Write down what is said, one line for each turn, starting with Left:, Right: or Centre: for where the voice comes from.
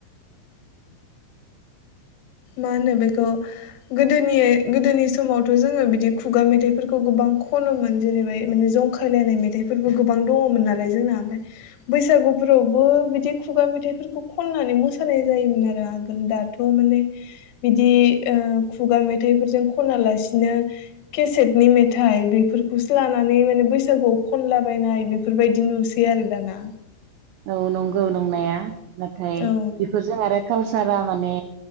Right: <inaudible>
Left: मा होनो बेखौ गोदोनि गोदोनि समावथ जोङो बिदि खुगा मेथाइफोरखौ गोबां खनोमोन जेरैबाय माने जंखायलायनाय मेथाइफोरबो गोबां दङमोन नालाय जोंना ओमफाय बैसागुफोरावबो बिदि खुगा मेथाइफोरखौ खनानै मोसानाय जायोमोन आरो आगोल दाथ माने बिदि ओ खुगा मेथाइफोरजों खना लासिनो केसेटनि मेथाइ बेफोरखौसो लानानै माने बैसागुआव खनलाबायनाय बेफोरबायदि नुसै आरो दाना।
Right: औ नंगौ नंनाया। नाथाय
Left: औ
Right: बेफोरजों आरो कालसारा माने